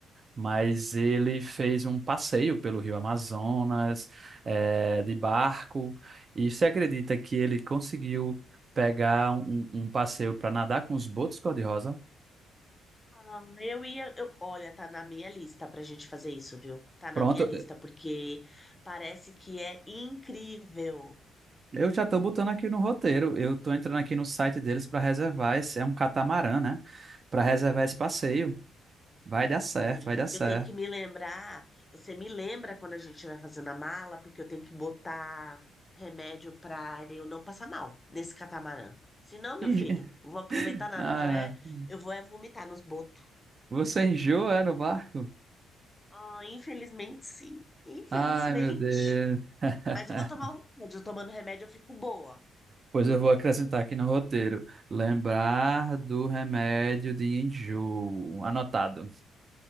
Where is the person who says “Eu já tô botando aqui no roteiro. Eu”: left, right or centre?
Right